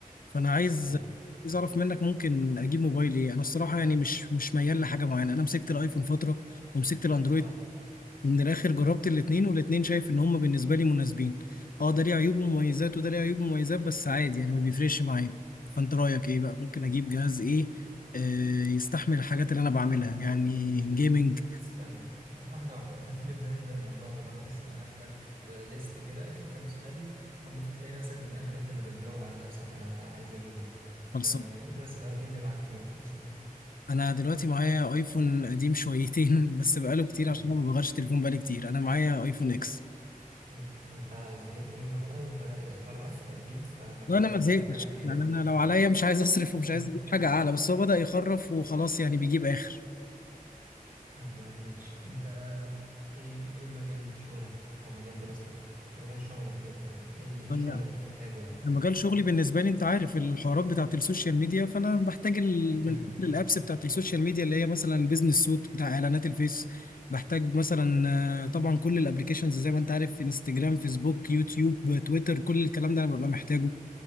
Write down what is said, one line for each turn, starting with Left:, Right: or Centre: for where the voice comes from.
Left: فانا عايز
Right: حلو
Left: عايز اعرف منك ممكن اجيب موبايل ايه انا الصراحة يعني مش مش ميال لحاجة معينة انا مسكت الايفون فترة ومسكت الاندرويد
Right: اه
Left: ومن الاخر جربت الاتنين والاتنين شايف ان هما بالنسبه لي مناسبين اه ده ليه عيوب ومميزات وده ليه عيوب ومميزات بس عادي يعني ما بيفرقش معايا فانت رايك ايه بقى ممكن اجيب جهاز ايه آه يستحمل الحاجات اللي انا بعملها يعني جيمنج
Right: استنى استنى واحدة واحدة <laughs> نبدأ نبدأ الموضوع بالراحة بس أنا هاخدك بليست كده <laughs> كام سؤال هم فتلاقي نفسك في الآخر أنت اللي بتجاوب على نفسك أنا عايز أجيب إيه فأنت
Left: خلصان
Right: بس الأول إيه اللي معاك دلوقتي أصلا؟
Left: انا دلوقتي معايا ايفون قديم شويتين <laughs> بس بقاله كتير
Right: امم
Left: عشان انا ما بغيرش تليفون بقالي كتير انا معايا ايفون اكس
Right: حلو فأنت زهقت منه بقى وبدأ يخرف <laughs> أكيد فمحتاج
Left: لا انا ما زهقتش
Right: تشوف حاجة جديدة
Left: يعني
Right: يعني
Left: انا لو عليا مش عايز اصرف ومش
Right: <laughs>
Left: عايز اجيب حاجه اعلى بس هو بدأ يخرف وخلاص يعني بيجيب اخر
Right: طب يا عم ماشي انت ايه ايه مجال شغلك او مجال دراستك مجال شغلك ايه طيب ايه ال- ايه
Left: طيب
Right: الشغل
Left: يعني
Right: اللي بتحتاجه يعني
Left: انا مجال شغلي بالنسبه لي انت عارف الحوارات بتاعه السوشيال ميديا فانا بحتاج ال-
Right: امم
Left: من الآخر الابس بتاعه السوشيال ميديا اللي هي مثلا بيزنس سوت بتاع اعلانات الفيس بحتاج مثلا آه، طبعا كل الابليكيشنز زي ما انت عارف انستجرام فيسبوك يوتيوب تويتر كل الكلام ده انا ببقى محتاجه